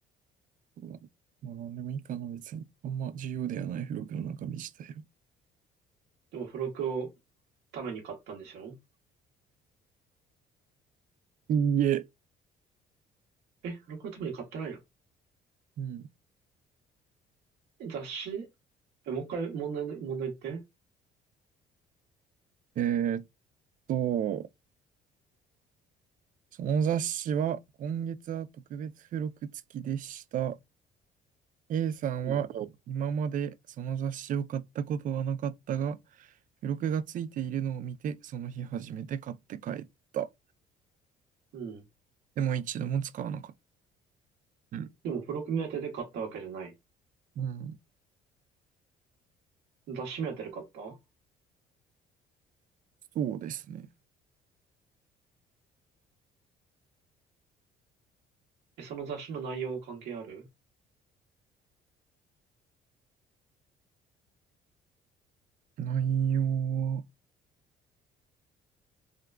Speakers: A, on the right; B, on the right.
A: そうだなまあ、なんでもいいかな、別に。あんま重要ではない付録の中身自体は。
B: でも付録をために買ったんでしょ
A: いいえ。
B: え、付録のために買ってないの
A: うん。
B: え、雑誌え、もう一回問題、問題言って。
A: えーっと、その雑誌は今月は特別付録付きでした。A さんは今までその雑誌を買ったことはなかったが、
B: うん、
A: 付録が付いているのを見て、その日初めて買って帰った。
B: うん。
A: でも一度も使わなかった。うん。
B: でも付録目当てで買ったわけじゃない。
A: うん
B: 雑誌目当てで買った
A: そうですね。
B: え、その雑誌の内容は関係ある
A: 内容は、